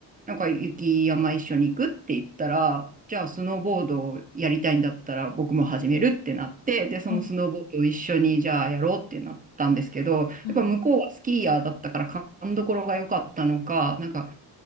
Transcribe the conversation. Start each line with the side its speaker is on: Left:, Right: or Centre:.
Right: なんか雪山一緒に行くって言ったら、じゃあスノーボードをやりたいんだったら僕も始めるってなって、で、そのスノーボードを一緒にじゃあやろうってなったんですけど、
Left: は、
Right: やっぱ向こうはスキーヤーだったから勘どころが良かったのか、
Left: はい。
Right: なんか